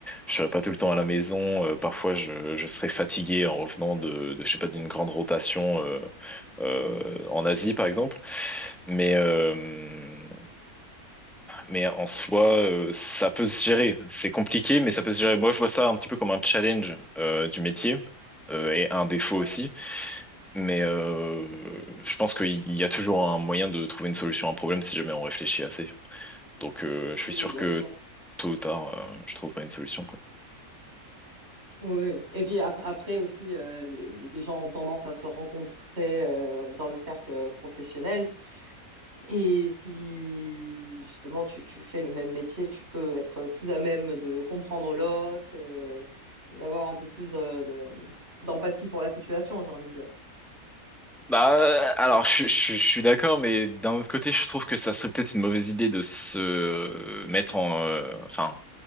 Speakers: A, in the centre; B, on the right.
A: je serai pas tout le temps à la maison. euh, parfois, je, je serai fatigué en revenant de, de je sais pas d'une grande rotation euh, euh, en Asie, par exemple. Mais euh, mais en soi, euh, ça peut se gérer. C'est compliqué, mais ça peut se gérer. Moi, je vois ça un petit peu comme un challenge euh, du métier euh, et un défaut
B: Ouais.
A: aussi. Mais euh, je pense qu'il y a toujours un moyen de trouver une solution à un problème si jamais on réfléchit assez. Donc, euh, je
B: Oui,
A: suis sûr
B: bien
A: que
B: sûr.
A: tôt ou tard, euh, je trouverai une solution, quoi.
B: Oui. oui. Et puis ap- après aussi, euh, les, les gens ont tendance à se rencontrer euh, dans le cercle professionnel. Et si justement tu, tu fais le même métier, tu peux être plus à même de comprendre l'autre et d'avoir un peu plus de, de- d'empathie pour la situation, j'ai envie de dire.
A: Bah, euh, alors, je, je- je suis d'accord, mais d'un autre côté, je trouve que ça serait peut-être une mauvaise idée de se mettre en, euh, enfin,